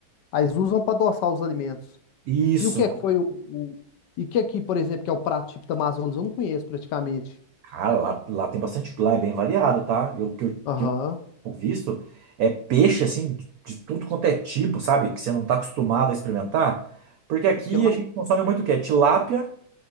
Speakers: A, on the left; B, on the right.
A: Aí eles usam pra adoçar os alimentos.
B: Isso,
A: E o que
B: né?
A: é que foi o, o- E o que aqui, por exemplo, que é o prato típico da Amazonas? Eu não conheço praticamente.
B: Cara, lá, lá tem bastante... Lá é bem variado, tá? Eu, que eu,
A: Aham.
B: que o visto é peixe assim de de tudo quanto é tipo, sabe? Que você não tá acostumado a experimentar. Porque aqui
A: É porque lá
B: a gente consome muito o quê? Tilápia